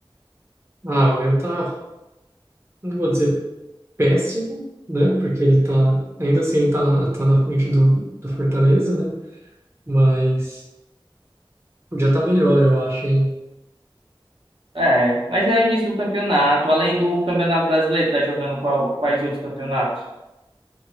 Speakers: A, on the right; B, on the right.
A: Ah, o meu tá, não vou dizer péssimo, né, porque ele tá, ainda assim ele tá na, tá na frente do, do Fortaleza, né, mas podia estar tá melhor, eu acho, hein.
B: É, mas é início do campeonato. Além do Campeonato Brasileiro, tá jogando qual, quais outros campeonatos?